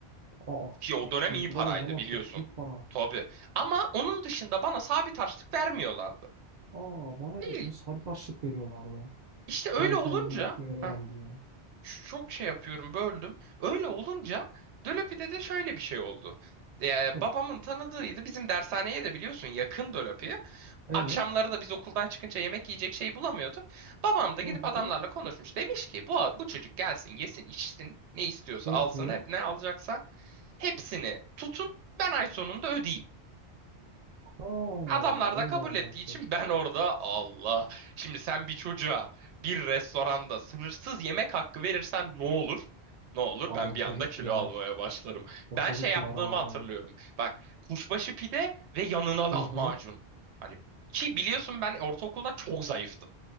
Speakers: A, on the right (about 50°); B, on the right (about 80°).
A: Aa
B: Ki o
A: 200
B: dönem iyi paraydı
A: lira da o zaman
B: biliyorsun.
A: çok büyük para.
B: Tabii. Ama onun dışında bana sabit harçlık vermiyorlardı.
A: Aa bana
B: Değil.
A: ya, sabit harçlık veriyorlardı.
B: İşte öyle
A: Param
B: olunca...
A: kendini yönetmeyi öğren
B: Heh.
A: diye.
B: Ç- çok şey yapıyorum böldüm. Öyle olunca Dölapi'de de şöyle bir şey oldu. Ee,
A: Hı.
B: babamın tanıdığıydı. Bizim dershaneye de biliyorsun yakın Dölapi.
A: Evet.
B: Akşamları da biz okuldan çıkınca yemek yiyecek şey bulamıyorduk. Babam da gidip
A: Hı hı.
B: adamlarla konuşmuş. Demiş ki bu, bu çocuk gelsin yesin içsin ne istiyorsa
A: Hı
B: alsın
A: hı.
B: hep ne alacaksa hepsini tutun ben ay sonunda ödeyeyim.
A: Aa
B: Adamlar da
A: öyle
B: kabul
A: anlaşmış.
B: ettiği için ben orada Allah. Şimdi sen bir çocuğa bir restoranda sınırsız yemek hakkı verirsen ne olur? Ne olur?
A: Abi
B: Ben
A: o
B: bir
A: çocuk
B: anda kilo
A: yer.
B: almaya başlarım.
A: O
B: Ben
A: çocuk
B: şey yaptığımı
A: yer abi.
B: hatırlıyorum. Bak kuşbaşı pide ve yanına lahmacun.
A: Hı hı.
B: Hani ki biliyorsun ben ortaokulda çok zayıftım.